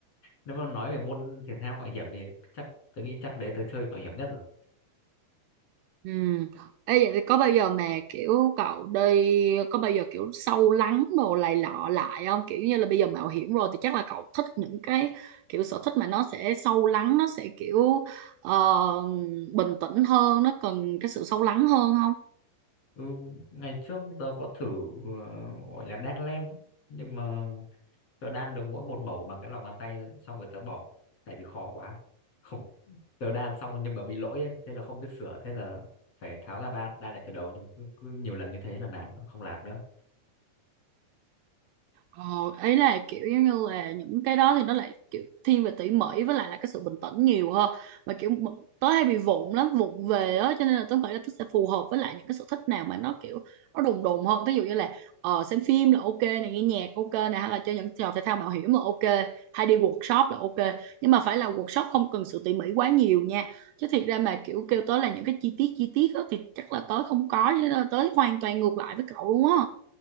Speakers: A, on the left (about 40°); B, on the right (about 80°).
A: nếu mà nói về môn thể thao mạo hiểm thì chắc tôi nghĩ chắc đấy tôi chơi mạo hiểm nhất rồi
B: Ừ. Ê, vậy thì có bao giờ mà kiểu cậu đi có bao giờ kiểu sâu lắng đồ này lọ lại không kiểu như là bây giờ mạo hiểm rồi thì chắc là cậu thích những cái kiểu sở thích mà nó sẽ sâu lắng nó sẽ kiểu ờ, bình tĩnh hơn nó cần cái sự sâu lắng hơn không
A: ừ, ngày trước tôi có thử ờ, gọi là đan len nhưng mà tôi đan được mỗi một mẩu bằng cái lòng bàn tay xong rồi tớ bỏ tại vì khó quá không <laughs> tớ đan xong nhưng mà bị lỗi ấy thế là không biết sửa thế là phải tháo ra đan đan lại từ đầu nhưng mà cứ, cứ nhiều lần như thế là nản không làm nữa
B: Ờ, ý là kiểu giống như là những cái đó thì nó lại kiểu thiên về tỉ mỉ với lại là cái sự bình tĩnh nhiều hơn mà kiểu m- tớ hay bị vụng lắm vụng về á cho nên là tớ nghĩ là tớ sẽ phù hợp với lại những cái sở thích nào mà nó kiểu nó đùng đùng hơn ví dụ như là ờ, xem phim là ok này nghe nhạc ok này hay là chơi những trò thể thao mạo hiểm là ok hay đi workshop là ok nhưng mà phải là workshop không cần sự tỉ mỉ quá nhiều nha chứ thiệt ra mà kiểu kêu tớ là những cái chi tiết chi tiết á thì chắc là tớ không có cho nên là tớ hoàn toàn ngược lại với cậu luôn á